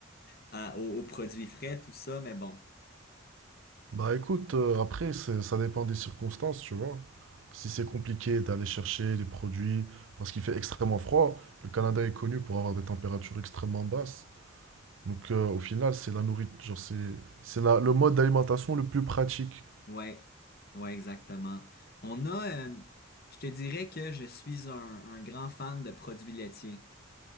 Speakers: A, on the left; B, on the right.
A: <laughs> à- aux, aux produits frais, tout ça, mais bon.
B: Bah écoute, euh, après, c'est- ça dépend des circonstances, tu vois. Si c'est compliqué d'aller chercher les produits, parce qu'il fait extrêmement froid, le Canada est connu pour avoir des températures extrêmement basses. Donc euh, au final, c'est la nourriture, genre c'est c'est la- le mode d'alimentation le plus pratique.
A: Ouais, ouais, exactement. On a, euh, je te dirais que je suis un, un grand fan de produits laitiers.